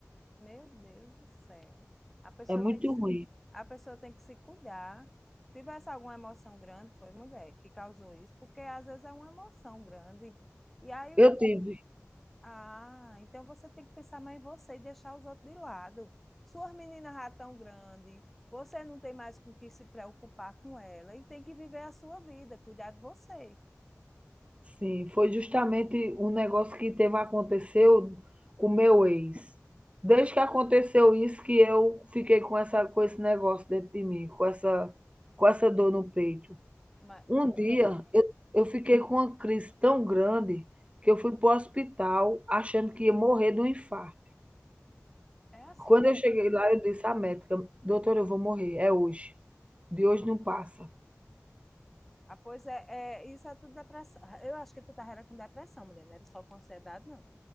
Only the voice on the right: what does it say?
É muito
ruim.
Eu
tive.
Sim, foi justamente um negócio que teve aconteceu com meu ex. Desde que aconteceu isso que eu fiquei com essa com esse negócio dentro de mim, com essa com essa dor no peito.
Um
dia eu eu fiquei com uma crise tão grande que eu fui para o hospital achando que ia morrer de um infarto.
Quando
eu cheguei lá, eu disse à médica: "Doutora, eu vou morrer, é hoje. De hoje não passa,